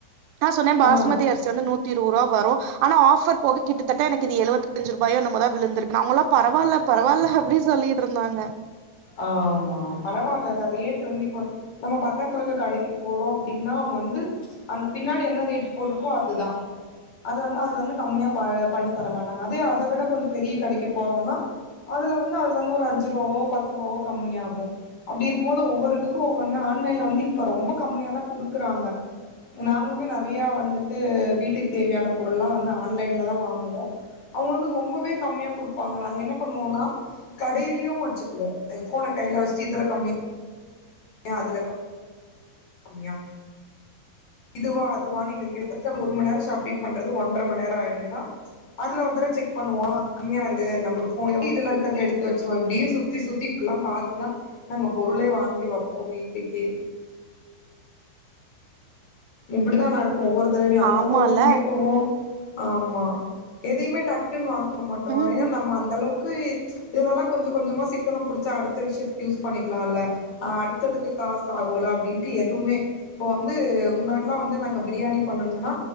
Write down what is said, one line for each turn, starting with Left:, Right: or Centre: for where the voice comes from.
Right: நா சொன்னே பாஸ்மதி
Left: ஆ
Right: அரிசி வந்து நூத்தி இருவது ரூவா வரு ஆனா ஆஃபர் போக கிட்டத்தட்ட எனக்கு இது எழுபத்தஞ்சு ரூபாயோ என்னமோதா விழுந்துருக்குனு அவங்கள்ளா பரவால்ல பரவால்ல அப்டி சொல்லிட்டுருந்தாங்க
Left: ஆ ஆமா பரவால்லதா ரேட் வந்து இப்ப நம்ம பக்கத்துல இருக்க கடைக்குப் போறோ அப்டின்னா அவுங்க வந்து அந்த பின்னாடி என்ன ரேட்டு் போட்ருக்கோ அதுதா அத வந்து அதுலருந்து கம்மியா ப பண்ணித் தரமாட்டாங்க அதே அத விட கொஞ்சொ பெரிய கடைக்குப் போறோன்னா அதுல வந்து அதுலருந்து ஒரு அஞ்சு ரூவாவோ பத்து ரூவாவோ கம்மியாகு அப்டி இருக்கும்போது ஒவ்வொரு இதுக்கு ஒவ்வொன்னு ஆன்லைன்ல வந்து இப்ப ரொம்ப கம்மியாதா குடுக்கறாங்க நாங்களுமே நெறையா வந்துட்டு வீட்டுக்குத் தேவையான பொருள்லா வந்து ஆன்லைன்ல தா வாங்குவோ அவுங்க வந்து ரொம்பவே கம்மியாக் குடுப்பாங்க நாங்க என்ன பண்ணுவோன்னா கடைலயு வச்சு <unintelligible> ஃபோனக் கைல வச்ட்டு இதுல கம்மியா ஏ அதுல கம் மியா இதுவா அதுவானு எங்களுக்கு கிட்டத்தட்ட ஒரு ம நேரொ ஷாப்பிங் பண்றது ஒன்ற ம நேர ஆயிடு ஏன்னா அதுல ஒரு தடவ செக் பண்ணுவோ ஆ கம்மியா இருக்கு நம்ம ஃபோன் இப்டி இதுல இருக்கறத எடுத்து வெச்சருவோ இப்டி சுத்தி சுத்தி அப்டிலா பாத்துதா நாங்க பொருளே வாங்கி வெப்போ வீட்டுக்கே இப்டிதா நடக்கு ஒவ்வொரு தடவையு அங்க
Right: ஆமால்ல
Left: போவோ இங்க போவோ ஆமா எதையுமே டக்குன்னு வாங்க மாட்டோ
Right: ம்
Left: ஏன்னா நம்ம அந்தளவுக் க்கு இதுலெல்லா கொஞ்சொ கொஞ்சமா சிக்கனம் புடிச்சு அடுத்த விஷயத்துக்கு யூஸ் பண்ணிக்கலால்ல ஆ அடுத்ததுக்கு காசு ஆகுல அப்டின்ட்டு எதுமே இப்போ வந்து இது மாதிரி எல்லா வந்து நாங்க பிரியாணி பண்ணனுன்னா